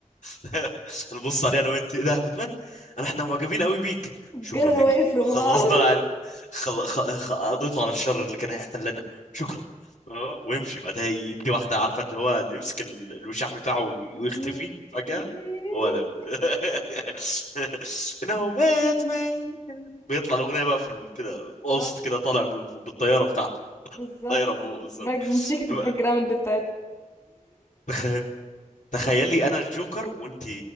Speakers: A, on the left (about 65°); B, on the left (about 25°).
A: <laughs> نبص عليه انا وانت ايه ده يا باتمان انا احنا معجبين قوي بيك شكرا
B: Get
A: ليكم
B: away from
A: خلصنا
B: us
A: العالم خل... خ... خ... قضيته على الشر اللي كان هيحتلنا شكرا آه، ويمشي بعدها يدي واحده عارفه اللي هو اللي يمسك ال... الوشاح بتاعه وي- ويختفي
B: إمم.
A: فجاه
B: <laughs>
A: هو ده <laughs> انه باتمان بيطلع الاغنيه بقى في ال- كده وسط
B: آه،
A: كده طالع من- بالطياره بتاعته
B: بالضبط.
A: طايره فوق
B: باك موسيقى
A: بالظبط
B: الback ground بتاعتها.
A: تخ- تخيلي انا الجوكر وانت